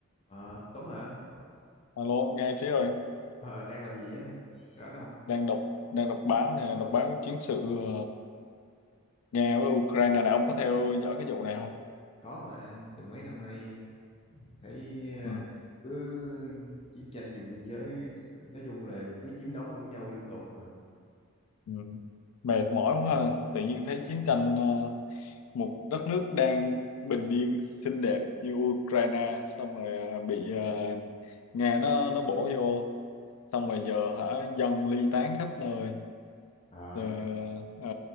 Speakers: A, on the left (about 25°); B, on the left (about 80°).
A: Ờ, Tuấn hả?
B: Alo, nghe Trí ơi,
A: Ờ, đang làm gì á? Rảnh không?
B: đang đọc đang đọc báo nè, đọc báo chiến sự ờ, Nga với Ukraine nè, ông có theo dõi cái vụ này không?
A: Có mà, từ mấy năm nay thấy ờ,
B: Ừ,
A: cứ chiến tranh vùng biên giới nói chung là cứ chiếm đóng lẫn nhau liên tục mà.
B: ừ. Mệt mỏi quá ha, tự nhiên thấy chiến tranh ờ, một đất nước đang bình yên xinh đẹp như Ukraine xong rồi ờ, bị ờ, Nga nó nó bổ vô, xong rồi giờ hả dân ly tán khắp nơi.
A: Ờ,
B: Ờ, ờ,